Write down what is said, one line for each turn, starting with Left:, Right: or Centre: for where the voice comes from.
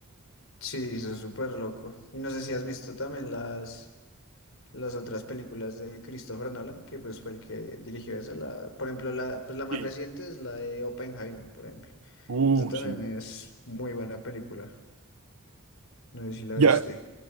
Left: Sí, eso es súper loco. Y no sé si has visto también las, las otras películas de Christopher Nolan, que pues fue el que dirigió esa. La, por ejemplo, la, pues la más
Right: Sí.
Left: reciente es la de Oppenheimer, por ejemplo.
Right: Uh,
Left: Esa también
Right: sí.
Left: es muy buena película. No sé si la
Right: Ya,
Left: viste.